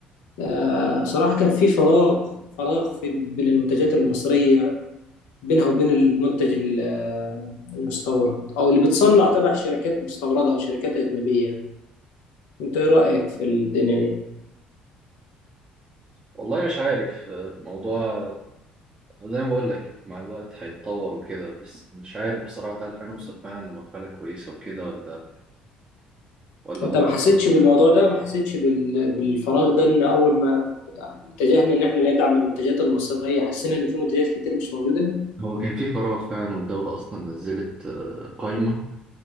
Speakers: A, on the left (about 75°); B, on the right (about 25°).
A: آه، صراحه كان في فراغ فراغ في بين المنتجات المصريه بينها وبين المنتج ال- المستورد او اللي بتصنع تبع شركات مستورده او شركات اجنبيه يعني. انت ايه رايك في الدنيا دي
B: والله مش عارف آه، الموضوع زي ما بقول لك مع الوقت هيتطور وكده بس مش عارف بصراحة هل هنوصل فعلا لمرحلة كويسة وكده ولا ولا
A: انت
B: برضه
A: ما حسيتش بالموضوع ده ما حسيتش بال- بالفراغ ده ان اول ما اتجهنا ان احنا ندعم المنتجات المصريه حسينا ان في منتجات كتير مش موجوده
B: هو كان في فراغ فعلا والدولة أصلا نزلت آه، قائمة